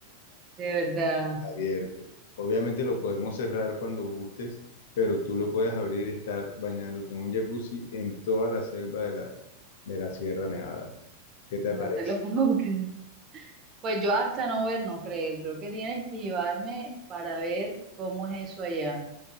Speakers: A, on the right; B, on the left.
A: De verdad,
B: abierto. Obviamente lo podemos cerrar cuando gustes, pero tú lo puedes abrir y estar bañándote en un jacuzzi en toda la selva de la, de la Sierra Nevada. ¿Qué te
A: no
B: parece?
A: te lo puedo <laughs> creer. Pues yo hasta no ver, no creer, creo que tienes que llevarme para ver cómo es eso allá.